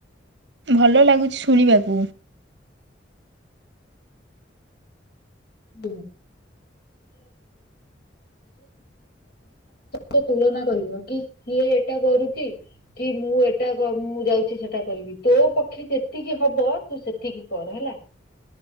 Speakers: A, on the right; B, on the left.
A: ଭଲ ଲାଗୁଛି ଶୁଣିବାକୁ।
B: <unintelligible> ହି ତୁଳନା କରନୁ କି ସିଏ ଏଟା କରୁଛି କି ମୁଁ ଏଟା ମୁଁ ଯାଉଛି ସେଟା କରିବି ତୋ ପକ୍ଷେ କେତିକି ହବ ତୁ ସେତିକି କର ହେଲା। <inaudible>